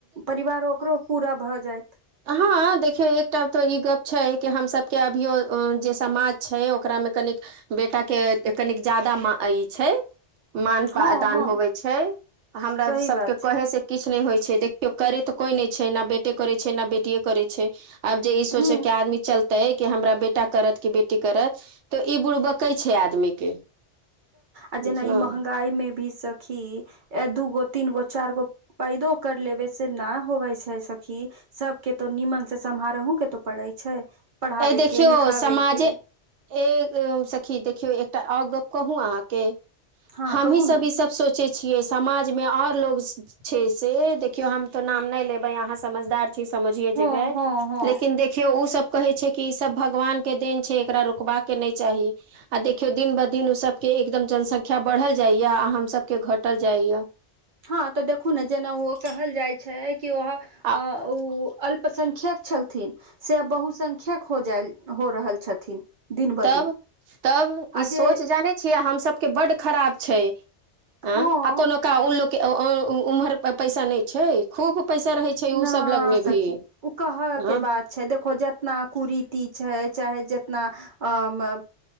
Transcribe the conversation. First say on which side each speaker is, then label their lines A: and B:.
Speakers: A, on the right; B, on the right.
A: परिवार ओकरो पूरा भऽ जायत
B: हाँ देखियौ एकटा तऽ ई गप छै कि हमसभ के अभियाे जे समाज छै ओकरा मे कनिक बेटा के तनिक ज्यादा माय ई छैय मान
A: हँ
B: पा दान
A: हँ
B: होबे छै हमरा
A: सही
B: सबके
A: बात छै
B: कहे से किछ नय होइ छै देख केओ करै तऽ कोइ नय छै ने बेटे करै छै ने बेटिए करै छै आब जे ई सोचै
A: हूँ
B: कि आदमी चलते ते कि हमरा बेटा करत कि बेटी करत तऽ ई बुड़बकइ छै आदमी के
A: आ
B: बुझलहु
A: जेना ई महगाई मे भी सखी दू गो तीन गो चार गो पैदो कर लेबे से ना होवै छै सखी सबके तो निमन से समहारोह के तो पड़े छै पढ़ाबे
B: एहि देखियौ
A: के लिखाबे
B: समाजे
A: के
B: ए सखी देखियौ एकटा ओर गप कहू अहाँके
A: हँ
B: हमी
A: कहू
B: सब
A: ने
B: ई सब सोच सोच छियै समाज मे आओर लोग छै से देखियौ हम तो नाम नय लेबै अहाँ समझदार समझए
A: हँ
B: जबाई
A: हँ हँ
B: लेकिन देखियौ उ सब कहै छै कि ई सब भगवान के देन छै एकरा रुकबाक के नय चाही आ देखियो दिन ब दिन ओ सबके एकदम जनसंख्या बढ़ल जाया आ हम सबके घटल जाया <inaudible>
A: हँ तऽ देखू ने जेना ओ कहल जाइ छै कि व
B: आ
A: ओ अल संख्यक छलथिन से आ बहुसंख्यक हो जा हो रहल छथिन दिन ब
B: तब
A: दिन
B: तब ई
A: आ
B: सोच
A: जे
B: जानै छियै हम सभके बड्ड खराब छै आ आ
A: हँ
B: कोनो का लोकके उम्हर पर पैसा नय छै खूब पैसा रहै छै ओ
A: न
B: सब लगमे
A: सखी
B: भी
A: ओ कहऽ
B: हँ
A: के बात छै देखो जेितना कुरीति छै चाहे जेितना अ म